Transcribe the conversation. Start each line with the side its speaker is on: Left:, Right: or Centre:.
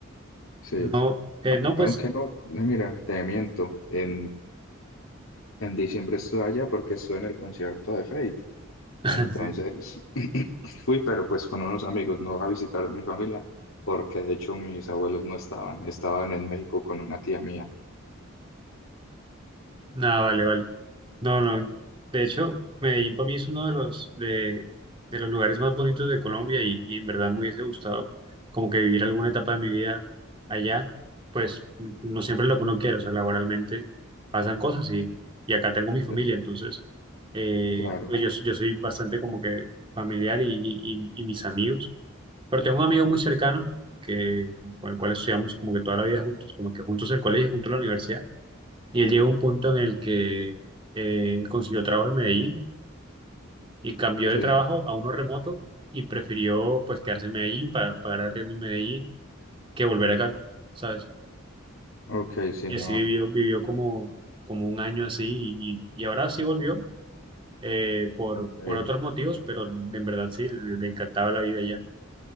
Left: sí.
Right: No, eh,
Left: A-
Right: no, pues,
Left: Aunque no, mira, te miento, en, en diciembre estuve allá porque estuve en el concierto de Fate.
Right: <laughs>
Left: Entonces
Right: sí,
Left: <clears throat> fui, pero pues con unos amigos, no a visitar a mi familia, porque de hecho mis abuelos no estaban, estaban en México con una tía mía.
Right: Nada, vale, vale. No, no. De hecho, Medellín para mí es uno de los, de, de los lugares más bonitos de Colombia y, y en verdad me hubiese gustado como que vivir alguna etapa de mi vida allá. Pues n- no siempre es lo que uno quiere, o sea, laboralmente pasan cosas y, y acá tengo mi familia,
Left: Sí,
Right: entonces, eh,
Left: Claro,
Right: pues yo, yo soy bastante como que familiar y, y, y y mis amigos. Pero tengo un amigo muy cercano que, con el cual estudiamos como que toda la vida juntos, como que juntos el colegio, juntos la universidad. Y él llegó a un punto en el que eh, consiguió trabajo en Medellín y cambió
Left: sí,
Right: de trabajo a uno remoto y prefirió pues quedarse en Medellín para pagar arriendo en Medellín que volver acá, ¿sabes?
Left: ok, sí,
Right: Y
Left: no,
Right: así vivió, vivió como, como un año así y, y ahora sí volvió eh, por,
Left: ok,
Right: por otros motivos, pero en verdad sí, le, le encantaba la vida allá.